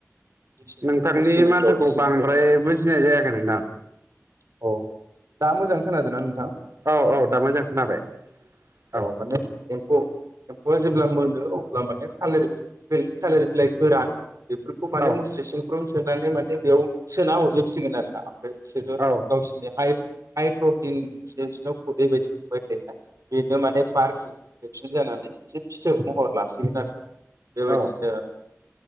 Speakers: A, on the right; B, on the right.
A: <unintelligible>
B: नोंथांनि
A: मुस्रिफ्राव
B: माथोखौ
A: सिंफ्राव
B: बांद्राय बुजिनाय जायाखै नों
A: <unintelligible> दा मोजां खोनादोना नोंथां
B: औ औ दा मोजां खोनाबाय औ
A: अ दे एम्फौ एम्फौआ जेब्ला मोनो अब्ला माने थालिर बै थालिर बिलाइ गोरान बेफोरखौ माने
B: औ
A: मुस्रि सिंफ्राव सोनानै माने बेयाव सोना हरजोबसिगोन आरो ना ओमफ्राय। गाससिबो
B: औ
A: गावसिनि हाय हाइ प्रटिन सि बिसिनाव खुदै बदि गबाय थायोना बेनो माने पारकजोंनो एक्सिडेन्ट जानानै एसे फिथोब महर लासिगोन आरो बेबायदिनो
B: औ